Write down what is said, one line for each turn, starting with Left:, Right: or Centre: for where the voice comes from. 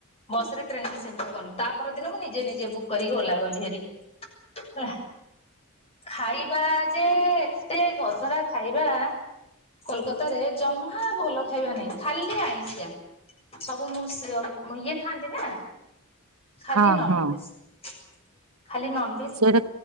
Left: ବସରେ ଟ୍ରେନିଂ ସେଣ୍ଟର ଗଲୁ। ତା ପରଦିନ ମୁଁ ନିଜେ ନିଜେ ବୁକ୍ କରିକି ଓଲା ଗଲିହାରି, ହେଲା। ଖାଇବା ଯେ ଏତେ ଗଧରା ଖାଇବା। କୋଲକାତାରେ ଜମାଃ ଭଲ ଖାଇବା ନାହିଁ ଖାଲି ଆଇଁସିିଆ। ସବୁ ମୁଁ ସିଅ ଇଏ ଥାନ୍ତି ନା। ଖାଲି
Right: ହଁ
Left: ନନଭେଜ
Right: ହଁ
Left: ଖାଲି ନନ
Right: ସିଅର